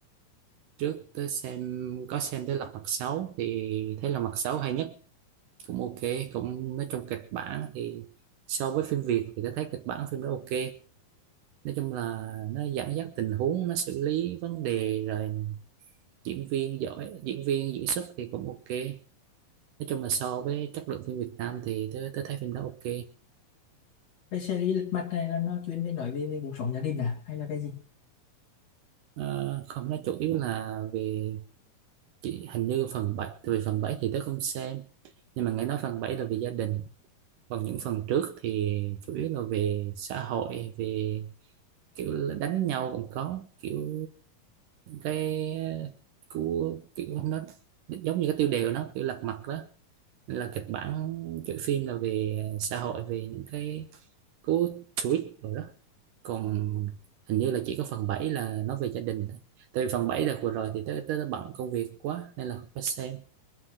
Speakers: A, on the right; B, on the left.
A: trước tới xem có xem tới Lật Mặt Sáu thì thấy Lật Mặt Sáu hay nhất cũng ok cũng nói chung kịch bản thì so với phim Việt thì tôi thấy kịch bản phim đó ok nói chung là nó dẫn dắt tình huống nó xử lý vấn đề rồi diễn viên giỏi diễn viên diễn xuất thì cũng ok nói chung là so với chất lượng phim Việt Nam thì tôi, tôi thấy phim đó ok
B: cái series lật mặt này là nó chuyên về nói về, về cuộc sống gia đình à hay là cái gì
A: Ờ, không nó chủ yếu là về chị hình như phần bảy tại vì phần 7 thì tớ không xem nhưng mà nghe nói phần 7 là về gia đình còn những phần trước thì chủ yếu là về xã hội về kiểu là đánh nhau cũng có kiểu cái của kiểu nó giống như cái tiêu đề của nó kiểu lật mặt đó Nên là kịch bản kiểu phim là về xã hội về những cái cú tweet rồi đó còn hình như là chỉ có phần 7 là nói về gia đình thôi tại vì phần 7 đợt vừa rồi thì tới tới bận công việc quá nên là không có xem